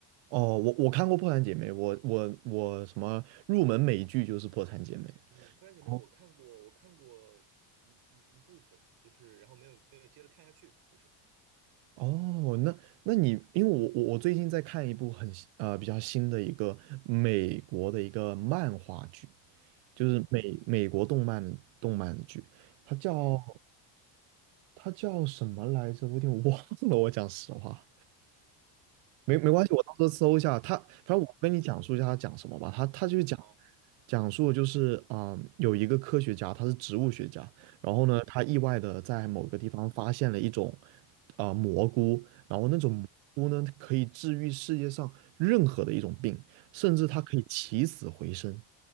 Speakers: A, on the right (about 75°); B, on the right (about 50°).
A: 哦，我我看过《破产姐妹》，我我我什么入门美剧就是《破产姐妹》。
B: 嗯，《破产姐妹》我看过，
A: 哦，
B: 我看过一一一部分，就是然后没有没有接着看下去，就是
A: 哦，那那你因为我我我最近在看一部很新呃比较新的一个美国的一个漫画剧，就是美美国动漫动漫剧，
B: 叫什么
A: 它叫
B: 美漫
A: 他叫什么来着？我有点忘了。我讲实话，没没关系，
B: ？OK，
A: 我到时候搜一下。他。反正我跟你讲述一下他讲什么吧。
B: 行行，
A: 他他就是讲
B: 嗯，好，
A: 讲述就是啊、嗯有一个科学家，他是植物学家，然后呢，
B: 嗯
A: 他意外的在某个地方发现了一种啊、呃蘑菇，然后那种蘑菇呢可以治愈世界上任何的一种病，
B: 嗯，
A: 甚至它可以起死回生。
B: 我靠，